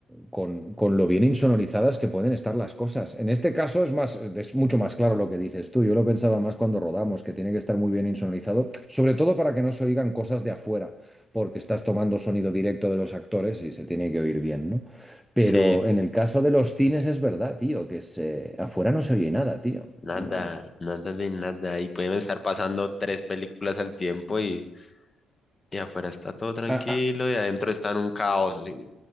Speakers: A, in the centre; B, on the left.
A: con, con lo bien insonorizadas que pueden estar las cosas. En este caso es más, es mucho más claro lo que dices tú. Yo lo pensaba más cuando rodamos, que tiene que estar muy bien insonorizado, sobre todo para que no se oigan cosas de afuera, porque estás tomando sonido directo de los actores y se tiene que oír bien, ¿no? Pero
B: Sí,
A: en el caso de los cines es verdad, tío, que se, afuera no se oye nada, tío.
B: nada,
A: Eh,
B: nada de nada. Y pueden estar pasando tres películas al tiempo y, y afuera está todo tranquilo
A: a, a-
B: y adentro está en un caos. Así.